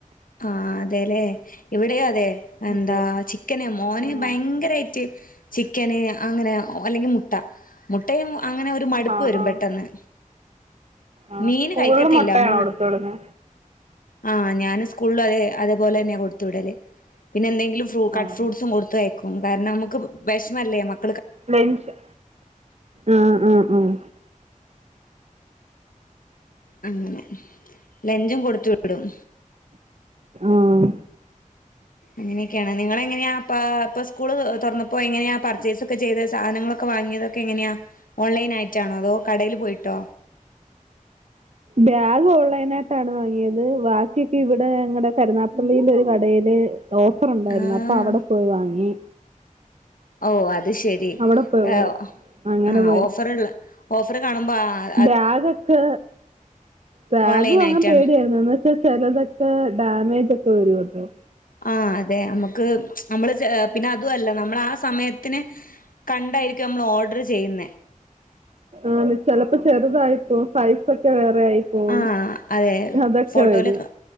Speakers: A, on the left; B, on the right.
A: ആഹ് അതെല്ലെ ഇവിടെയും അതെ. എന്താ
B: അതെ
A: ചിക്കന് മോന്
B: ആഹ്
A: ഭയങ്കരായിട്ട്. ചിക്കന് അങ്ങനെ അല്ലെങ്കിൽ മുട്ട മുട്ടയും അങ്ങനെ ഒരു. മടുപ്പ്
B: ആഹ്
A: വരും
B: ആഹ്
A: പെട്ടെന്ന്
B: ആഹ്
A: മീന്
B: സ്കൂളില്
A: കഴിക്കത്തില്ല
B: മുട്ടയാണോ
A: മുൾ
B: കൊടുത്ത് വിടുന്നെ
A: ആഹ് ഞാനും സ്കൂളില് അത് പോലെ തന്നെയാ കൊടുത്തുവിടല് പിന്നെ എന്തെ ലും ഫ്രൂ കട്ട്
B: ആഹ്
A: ഫ്രൂട്ട്സും കൊടുത്തയക്കും കാരണം നമുക്ക് വെശ്ന്നല്ലേ മക്ക
B: ഫെള്ൻസ് ആഹ് ആഹ് മ്.
A: അങ്ങനെ ലഞ്ചും കൊടുത്തു വിടും.
B: ആഹ്.
A: അങ്ങനെയൊക്കെയാണ് നിങ്ങളെങ്ങനെയാപ്പ ഇപ്പ സ്കൂള് തുറന്നപ്പോ എങ്ങനെയാ പർച്ചേസൊക്കെ ചെയ്തെ സാധനങ്ങളൊക്കെ വാങ്ങിയത് തൊക്കെ എങ്ങനെയാ ഓൺലൈനായിറ്റാണോ അതോ കടയിൽ പോയിട്ടോ?
B: ബാഗ് ഓൺലൈനായിട്ടാണ് വാങ്ങിയത് ബാക്കിയൊക്കെ ഇവിടെ ഞങ്ങടെ കരുനാഗപ്പള്ളീലെ ഒരു കടയില്. ഓഫറുണ്ടായിരുന്നു
A: ആഹ്
B: അപ്പൊ അവിടെ പോയി വാങ്ങി.
A: ഓഹ് അത് ശരി
B: അവിടെ പോയി
A: ഏഹ്
B: അങ്ങനെ
A: ആ
B: പോയി
A: ഓഫറ്ള്ള ഓഫർ കാണുമ്പോ ആഹ്.
B: ബാഗൊക്കെ ബാഗ്
A: ഓൺലൈൻ
B: വാങ്ങാൻ
A: ആയിട്ടാണ്
B: പേടിയായിരുന്നു എന്ന് പക്ഷെ ചിലതൊക്കെ ഡാമേജൊക്കെ വരുവല്ലോ.
A: ആഹ് അതെ നമ്മക്ക് നമ്മള് ചെ പിന്ന അത് അതുയല്ല നമ്മളാ സമയത്തിന് കണ്ടായിരിക്കും നമ്മൾ ഓർഡർ ചെയ്യുന്നെ.
B: ആണ് ചെലപ്പം ചെറുതായി. പോവും സൈസൊക്കെ വേറെ ആയിപ്പോവും
A: ആഹ് അതെ
B: അതൊക്കെ
A: ഫോട്ടോയില്
B: വരും.